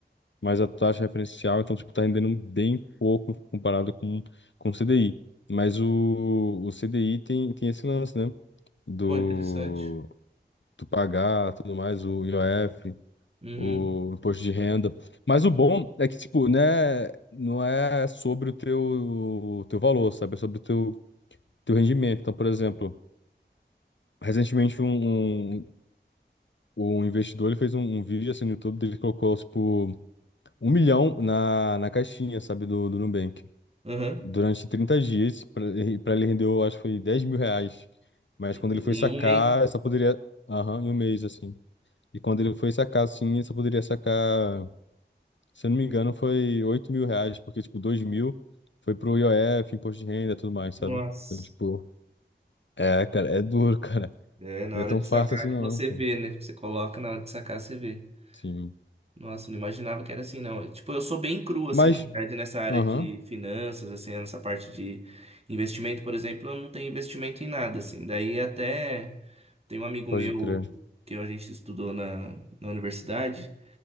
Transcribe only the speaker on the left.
mas a taxa referencial, então, tipo, tá rendendo bem pouco comparado com, com o CDI. Mas o, o CDI tem, tem esse lance, né? Do,
do pagar, tudo mais, o IOF,
o imposto de renda. Mas o bom é que, tipo, né, não é sobre o teu, o teu valor, sabe? É sobre o teu, teu rendimento. Então, por exemplo, recentemente um, um, um investidor ele fez um, um vídeo assim no YouTube, dele colocou, tipo, um milhão na, na caixinha, sabe, do, do Nubank.
durante 30 dias, para ele rendeu, eu acho que foi 10 mil reais. Mas
quando ele foi sacar,
só poderia. Aham, em um mês, assim. E quando ele foi sacar, assim, só poderia sacar, se eu não me engano, foi 8 mil reais, porque, tipo, 2 mil foi pro IOF, imposto de renda e tudo mais, sabe?
Então, tipo, é, cara, é duro, <laughs> cara.
Não é
tão
fácil
assim,
não,
cara.
Sim.
Mas,
aham,
pode
crer.